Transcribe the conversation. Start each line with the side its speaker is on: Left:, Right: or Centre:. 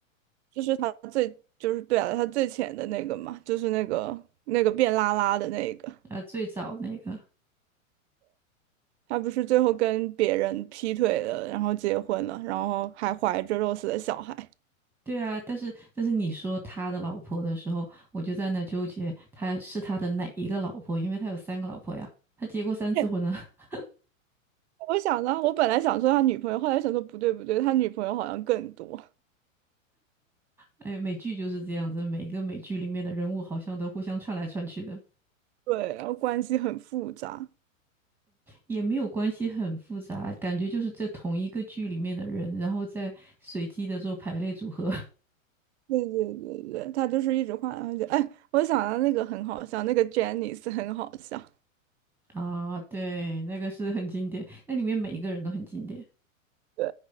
Right: 就是他最就是对啊，他最浅的那个嘛，就是那个那个变拉拉的那个，
Centre: 呃，最早那个。
Right: 他不是最后跟别人劈腿了，然后结婚了，然后还怀着 Rose 的小孩。
Centre: 对啊，但是但是你说他的老婆的时候，我就在那纠结，他是他的哪一个老婆？因为他有三个老婆呀，他结过三次婚呢。
Right: <laughs>
Centre: <laughs>
Right: 我想呢，我本来想说他女朋友，后来想说不对不对，他女朋友好像更多，
Centre: 哎，美剧就是这样子，每一个美剧里面的人物好像都互相串来串去的，
Right: 对，然后关系很复杂。
Centre: 也没有关系很复杂，感觉就是在同一个剧里面的人，然后再随机的做排列组合
Right: 对对对对，他就是一直换来换去。哎，我想到那个很好笑，那个 Janice 很好笑。
Centre: <laughs> 啊。对，那个是很经典，那里面每一个人都很经典。
Right: 对，